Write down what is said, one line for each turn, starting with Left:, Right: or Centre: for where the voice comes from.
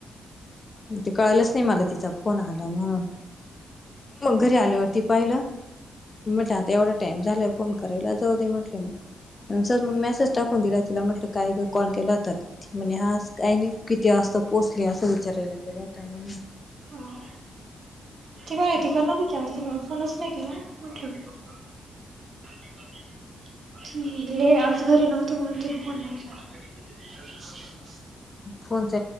Left: ते कळलंच नाही मला तिचा फोन आला म्हणून. मग
Right: हम्म
Left: घरी आल्यावरती पाहिलं म्हटलं आता एवढं. टाइम झालाय फोन करायला जाऊ दे म्हटले मग. सर मग मेसेज टाकून दिला तिला म्हटलं काय ग कॉल केला होता. म्हणे हा काही नाही किती वाजता पोचले असं विचारायला केला होता म्हणून.
Right: <inaudible> ह ते मायथ करणार तू चार्ज म फोनस. नाही केला मकी. <inaudible> <inaudible> ल आज घरी नव्हते म्हणून तन फोन नाही. <unintelligible>
Left: फोनच